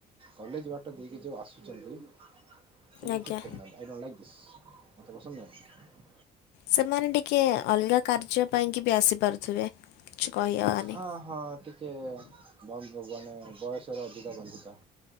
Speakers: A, on the right (about 30°); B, on the left (about 90°).
A: କଲେଜ ବାଟ ଦେଇକି ଯୋଉ ଆସୁଛନ୍ତି ସେ ଯେ
B: ଆଜ୍ଞା
A: ଠିକ୍ କରୁନାହାନ୍ତି। ଆଇ ଡୋଣ୍ଟ ଲାଇକ୍ ଦିସ୍, ମତେ ପସନ୍ଦ ନୁହେଁ।
B: ସେମାନେ ଟିକେ ଅଲଗା କାର୍ଯ୍ୟ ପାଇଁକି ବି ଆସିପାରୁଥିବେ କିଛି କହିହବନି।
A: ହଁ ହଁ ଟିକେ ବନ୍ଦ ହବୁ ଆମେ ବୟସର ଅଧିକ ବାନ୍ଧୁତା।